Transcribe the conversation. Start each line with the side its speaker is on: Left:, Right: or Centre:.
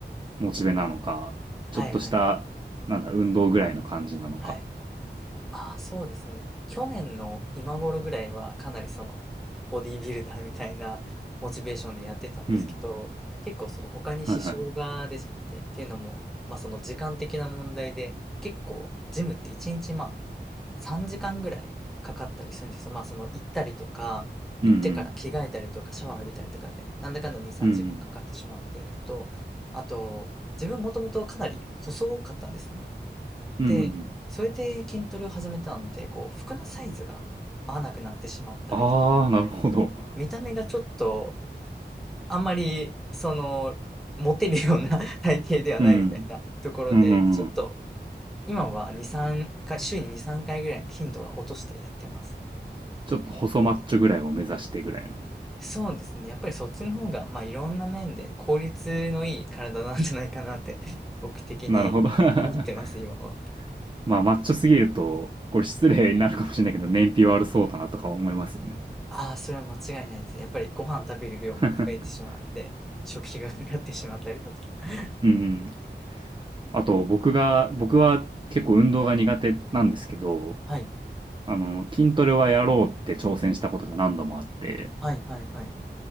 Right: モチベなのか、ちょっとした、
Centre: はいはい。
Right: なんだ、運動ぐらいの感じなのか。
Centre: はい。ああ、そうですね。去年の今頃ぐらいはかなりそのボディービルダーみたいなモチベーションでやってたんですけど、
Right: うん。
Centre: 結構その他に支障が出ちゃって、
Right: はいはい。
Centre: っていうのも、まあその時間的な問題で、結構ジムって1日まあ3時間ぐらいかかったりするんですよ。まあその行ったりとか、
Right: うんうん。
Centre: 行ってから着替えたりとかシャワー浴びたりとかで、なんだかんだ2、3時間かんかかってしまうっていうのと、
Right: うんうん。
Centre: あと、自分もともとかなり細かったんですね。
Right: うんうんうん。
Centre: で、それで筋トレを始めたので、こう、服のサイズが合わなくなってしまったりとか、
Right: ああ、なるほど。
Centre: 見た目がちょっと、あんまり、その、モテるような <laughs> 体型ではないみたいなところで、
Right: うん。うんうんうん。
Centre: ちょっと、今は2、3回、週に2、3回ぐらいに頻度は落としてやってます。
Right: ちょっと細マッチョぐらいを目指してぐらいのね。
Centre: そうですね。やっぱりそっちの方が、まあ、いろんな面で効率のいい体なんじゃないかなって、<laughs> 僕的に思ってます、
Right: なるほど。<laughs>
Centre: 今は。
Right: まあ、マッチョすぎると、これ失礼になるかもしれないけど、燃費悪そうだなとか思いますよね。
Centre: ああ、それは間違いないですね。やっぱりご飯食べる量も増えてしまうんで、
Right: <laughs>
Centre: 食費がかかってしまったりだとか。<laughs>
Right: うんうん。あと、僕が、僕は結構運動が苦手なんですけど、
Centre: はい。
Right: あの、筋トレはやろうって挑戦したことが何度もあって、
Centre: はい、はい、はい。